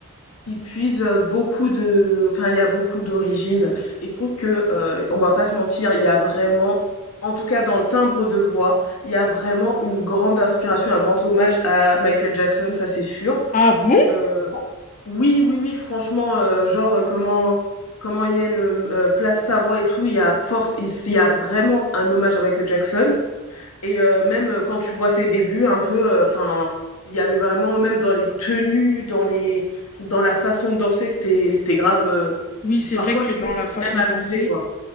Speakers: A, on the left; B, on the left.
A: Ils puisent, beaucoup de enfin, il y a beaucoup d'origines et je trouve que, heu, on va pas se mentir, il y a vraiment, en tout cas dans le timbre de voix, il y a vraiment une grande inspiration, un grand hommage à Michael Jackson, ça c'est sûr.
B: Ah bon?
A: Heu, oui, oui, oui, franchement, heu, genre, heu, comment comment Yael, hem, heu, place sa voix et tout, il y a force il il y a vraiment un hommage à Michael Jackson. Et euh, même euh, quand tu vois ses débuts, un peu, euh, enfin, il y avait vraiment, même dans les tenues, dans les, dans la façon de danser, c'était, c'était grave. euh,
B: Oui, c'est
A: parfois,
B: vrai que
A: je
B: dans
A: trouvais que
B: la
A: c'était
B: façon
A: même
B: de
A: abusé,
B: danser,
A: quoi.